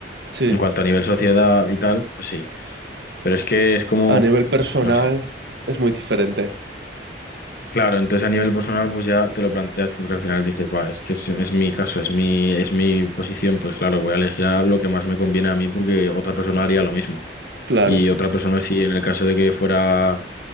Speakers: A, on the right; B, on the left.
A: Sí.
B: En cuanto a nivel sociedad y tal, pues sí. Pero es que es como,
A: A nivel personal
B: no sé.
A: es muy diferente,
B: Claro, entonces a nivel personal pues ya te lo planteas porque al final dices, "Buah, es que es, es mi caso, es mi, es mi posición, pues claro, voy a elegir a lo que más me conviene a mí porque otra persona haría lo mismo.
A: claro.
B: Y otra persona sí, en el caso de que fuera,